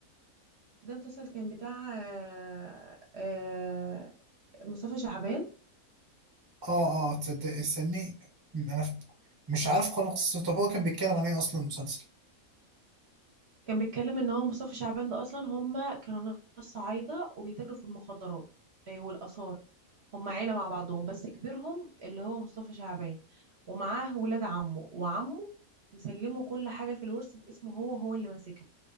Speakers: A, on the right; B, on the right.
A: ده مسلسل كان بتاع آه آه مصطفى شعبان
B: اه اه تصدق استني انا ف- مش عارف خالص طب هو كان بيتكلم عن ايه اصلا المسلسل؟
A: كان بيتكلم ان هو مصطفى شعبان ده اصلا هم كانوا ناس صعايده وبيتاجروا في المخدرات آه، والاثار هم عيله مع بعضهم بس كبيرهم اللي هو مصطفى شعبان ومعاه ولاد عمه وعمه مسلمه كل حاجه في الورث باسمه هو وهو اللي ماسكها